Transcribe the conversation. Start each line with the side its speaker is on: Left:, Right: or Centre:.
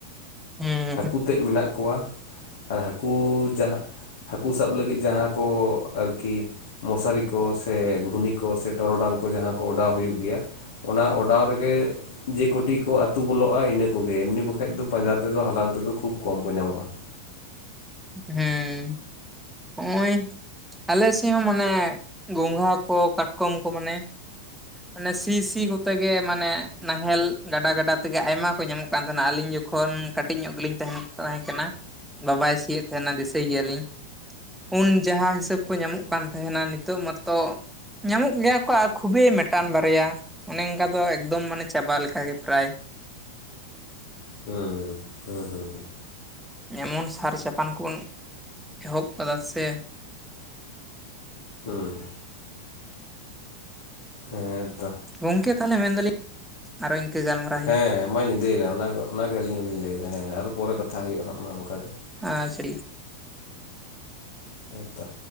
Centre: ᱦᱩᱸ
Left: ᱦᱟᱹᱠᱩ ᱛᱮᱫ ᱢᱮᱱᱟᱜ ᱠᱚᱣᱟ ᱟᱨ ᱦᱟᱹᱠᱩ ᱡᱟᱦᱟᱸ ᱦᱟᱹᱠᱩ ᱥᱟᱵ ᱞᱟᱹᱜᱤᱫ ᱡᱟᱦᱟᱸ ᱠᱚ ᱟᱨᱠᱤ ᱢᱚᱥᱟᱨᱤ ᱠᱚ ᱥᱮ ᱜᱷᱩᱱᱤ ᱠᱚ ᱥᱮ ᱴᱚᱨᱚᱰᱟᱝ ᱠᱚ ᱡᱟᱦᱟᱸ ᱠᱚ ᱚᱰᱟᱣ ᱦᱩᱭᱩᱜ ᱜᱮᱭᱟ ᱾ ᱚᱱᱟ ᱚᱰᱟᱣ ᱨᱮᱜᱮ ᱡᱮ ᱠᱳᱴᱤ ᱠᱚ ᱟᱹᱛᱩ ᱵᱚᱞᱚᱜᱼᱟ ᱤᱱᱟᱹ ᱠᱚᱜᱮ ᱮᱢᱱᱤ ᱵᱟᱠᱷᱟᱡ ᱫᱚ ᱯᱟᱸᱡᱟ ᱛᱮᱫᱚ ᱦᱟᱞᱟᱝ ᱛᱮᱫᱚ ᱠᱷᱩᱵ ᱠᱚᱢ ᱠᱚ ᱧᱟᱢᱚᱜᱼᱟ ᱾
Centre: ᱦᱮᱸ ᱦᱚᱸᱜᱼᱚᱭ ᱟᱞᱮ ᱥᱮᱜ ᱦᱚᱸ ᱢᱟᱱᱮ ᱜᱚᱝᱜᱷᱟ ᱠᱚ ᱠᱟᱴᱠᱚᱢ ᱠᱚ ᱢᱟᱱᱮ ᱚᱱᱮ ᱥᱤ ᱥᱤ ᱠᱚᱛᱮ ᱜᱮ ᱢᱟᱱᱮ ᱱᱟᱦᱮᱞ ᱜᱟᱰᱟ ᱜᱟᱰᱟ ᱛᱮᱜᱮ ᱟᱭᱢᱟ ᱠᱚ ᱧᱟᱢᱚᱜ ᱠᱟᱱ ᱛᱟᱦᱮᱱᱟ ᱟᱞᱤᱧ ᱡᱚ ᱠᱷᱚᱱ ᱠᱟᱹᱴᱤᱡ ᱧᱚᱜ ᱜᱮᱞᱤᱧ ᱛᱟᱦᱮᱱ ᱛᱟᱦᱮᱸ ᱠᱟᱱᱟ ᱵᱟᱵᱟᱭ ᱥᱤᱭᱮᱜ ᱛᱟᱦᱮᱱᱟ ᱫᱤᱥᱟᱹᱭ ᱜᱮᱭᱟᱞᱤᱧ ᱾ ᱩᱱ ᱡᱟᱦᱟᱸ ᱦᱤᱥᱟᱹᱵ ᱠᱚ ᱧᱟᱢᱚᱜ ᱠᱟᱱ ᱛᱟᱦᱮᱱᱟ ᱱᱤᱛᱚᱜ ᱢᱟᱛᱚ ᱧᱟᱢᱚᱜ ᱜᱮᱭᱟ ᱠᱚ ᱠᱷᱩᱵᱮᱭ ᱢᱮᱴᱟᱱ ᱵᱟᱨᱭᱟ᱾ ᱚᱱᱮ ᱚᱝᱠᱟ ᱫᱚ ᱮᱠᱫᱚᱢ ᱢᱟᱱᱮ ᱪᱟᱵᱟ ᱞᱮᱠᱟᱜ ᱜᱮ ᱯᱨᱟᱭ᱾
Left: ᱦᱩᱸ ᱦᱩᱸ ᱦᱩᱸ ᱦᱩᱸ ᱾
Centre: ᱮᱢᱚᱱ ᱥᱟᱨ ᱪᱟᱯᱟᱱ ᱠᱚᱵᱚᱱ ᱮᱦᱚᱵ ᱠᱟᱫᱟ ᱥᱮ
Left: ᱦᱩᱸ ᱦᱮᱸᱛᱚ᱾
Centre: ᱜᱚᱝᱠᱮ ᱛᱟᱦᱞᱮ ᱢᱮᱱ ᱫᱟᱞᱤᱧ ᱟᱨᱚ ᱤᱝᱠᱟᱹ ᱜᱟᱞᱢᱟᱨᱟᱣ
Left: ᱦᱮᱸ ᱢᱟ ᱧᱤᱫᱟᱹᱭᱱᱟ ᱚᱱᱟᱜᱮ ᱚᱱᱟᱜᱮ ᱟᱹᱞᱤᱧ ᱦᱚᱞᱤᱧ ᱞᱟᱹᱭᱫᱟ ᱦᱮᱸ ᱟᱨᱚ ᱯᱚᱨᱮ ᱠᱟᱛᱷᱟ ᱦᱩᱭᱩᱜᱼᱟ ᱦᱟᱸᱜ ᱢᱟ ᱚᱝᱠᱟᱜᱮ᱾
Centre: ᱟᱸᱪᱲᱤ
Left: ᱦᱮᱸᱛᱚ᱾